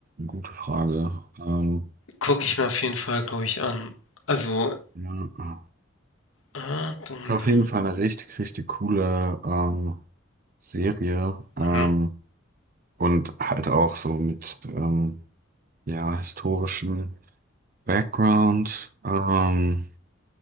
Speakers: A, on the right; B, on the left.
A: gute Frage. Ähm,
B: gucke ich mir auf jeden Fall, glaube ich, an. Also,
A: ja,
B: ah, Domino.
A: ist auf jeden Fall eine richtig, richtig coole ähm, Serie.
B: Mhm.
A: Ähm, und halt auch so mit ähm, ja, historischem Background. Ähm,